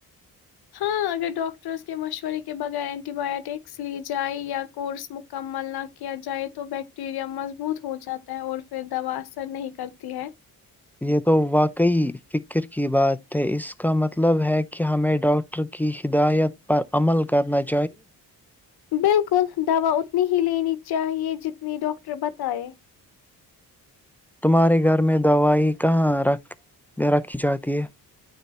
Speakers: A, on the left; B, in the centre.
A: ہاں اگر ڈاکٹرس کے مشورے کے بغیر اینٹی بایوٹکس لی جائے یا کورس مکمل نہ کیا جائے تو بیکٹیریا مضبوط ہو جاتا ہے اور پھر دوا اثر نہیں کرتی ہے
B: یہ تو واقعی فکر کی بات ہے اس کا مطلب ہے کہ ہمیں ڈاکٹر کی ہدایت پر عمل کرنا چاہ
A: بالکل دوا ا <inaudible> اتنی ہی لینی چاہیے جتنی ڈاکٹر بتائے
B: تمہارے گھر میں دوائی کہاں رکھی جاتی ہے؟